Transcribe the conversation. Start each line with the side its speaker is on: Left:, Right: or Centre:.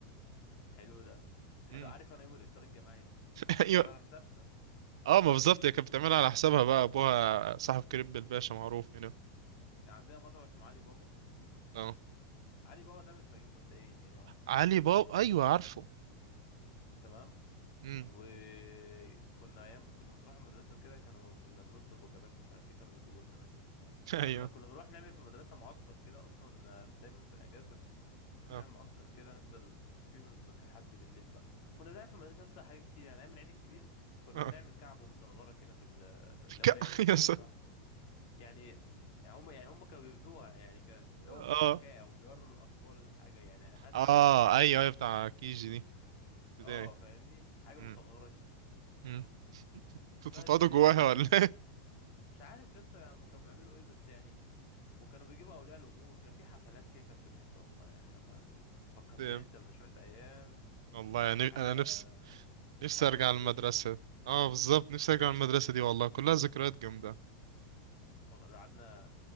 Left: حلو ده حلو
Right: مم.
Left: عارف انا يوم الافطار الجماعي ده
Right: <laughs>
Left: بس
Right: ايوه
Left: كان على حسابنا
Right: اه ما بالظبط هي كانت بتعملها على حسابها بقى ابوها صاحب كريب الباشا معروف هنا
Left: كان عندنا مطعم اسمه علي بابا
Right: اه
Left: علي بابا ده من الفيوم مبدئيا يعني واحد
Right: علي بابا ايوه عارفه
Left: تمام
Right: امم
Left: وكنا ايام كنا بنروح المدرسه وكده كانوا كنا بنطلب وجبات ومش عارف ايه كانوا بيجيبوا لنا منه
Right: <laughs> ايوه
Left: كنا كنا بنروح نعمل في المدرسه معسكر كده اصلا آه، في- دايما في الاجازه كنا
Right: اه
Left: بنعمل معسكر كده نفضل فيه من الصبح لحد بالليل بقى كنا بنعمل في المدرسه اصلا حاجات كتير يعني ايام العيد الكبير كنا
Right: اه
Left: بنعمل كعبه مصغره كده في ال- اللي
Right: <laughs> ك-
Left: هو يعني
Right: يا
Left: إنها- إنها- يعني يعني هم يعني هم كانوا بيبنوها يعني كان اللي هو
Right: سلام
Left: محاكاه او بيوروا الاطفال حاجه يعني هدف
Right: اه
Left: يعني
Right: ايوه ايوه بتاع كيجي دي ابتدائي
Left: اه فاهمني حاجه
Right: مم.
Left: مصغره كده
Right: مم. كنتوا
Left: بس
Right: بتقعدوا جواها
Left: يعني
Right: ولا
Left: مش عارف يا اسطى هم كانوا بيعملوا ايه بس يعني وكانوا بيجيبوا اولياء الامور كان في حفلات كده كانت بتحصل والله يعني والله فكرتني
Right: ايه
Left: انت بشويه ايام
Right: <laughs> والله يعني
Left: يعني حاجه
Right: انا نفسي نفسي
Left: حاجه
Right: ارجع
Left: نوستالجيا
Right: المدرسه
Left: يعني
Right: اه بالظبط نفسي ارجع المدرسه دي والله كلها ذكريات جامده
Left: لا والله لو قعدنا